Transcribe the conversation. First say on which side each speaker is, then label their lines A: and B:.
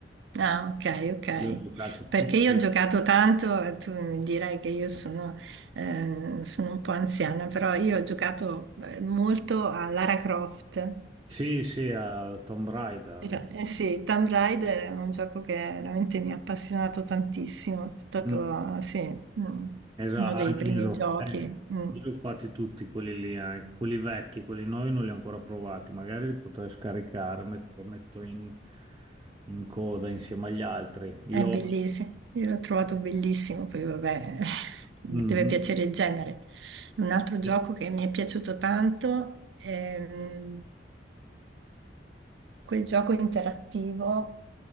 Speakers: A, on the right (about 80°); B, on the right (about 20°).
A: Ah, ok, ok.
B: Io ho giocato
A: Perché
B: tutte.
A: io ho giocato tanto, eh, tu mi dirai che io sono, eh, sono un po' anziana, però io ho giocato eh, molto a Lara Croft.
B: Sì, sì, a Tomb Raider.
A: Era- eh sì, Tomb Raider è un gioco che veramente mi ha appassionato tantissimo, è stato,
B: Mm,
A: sì, mm,
B: esatto,
A: uno dei
B: anche
A: primi
B: io. l'ho-
A: giochi.
B: eh,
A: mm.
B: io li ho fatti tutti quelli lì, anche quelli vecchi, quelli nuovi non li ho ancora provati. Magari li potrei scaricare, met- lo metto in, in coda insieme agli altri. Io
A: È bellissimo, io l'ho trovato bellissimo, poi vabbè, <laughs> deve
B: Mhm,
A: piacere il genere. Un altro
B: sì.
A: gioco che mi è piaciuto tanto è mm, quel gioco interattivo